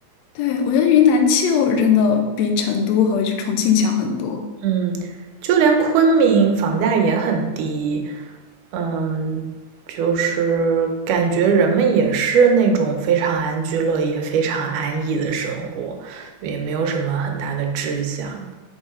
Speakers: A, on the left; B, on the right.
A: 对，我觉得云南气候是真的比成都和重庆强很多。
B: 嗯，就连昆明房价也很低。嗯，就是感觉人们也是那种非常安居乐业、非常安逸的生活，也没有什么很大的志向。